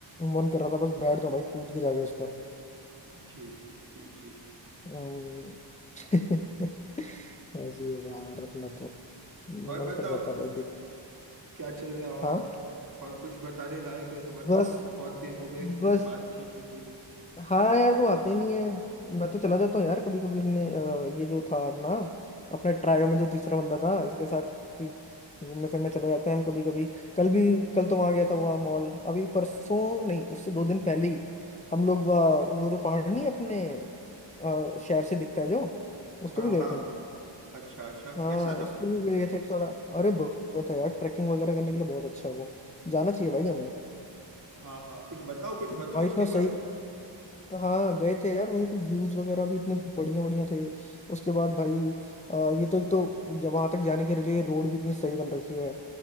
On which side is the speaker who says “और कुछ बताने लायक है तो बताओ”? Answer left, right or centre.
Right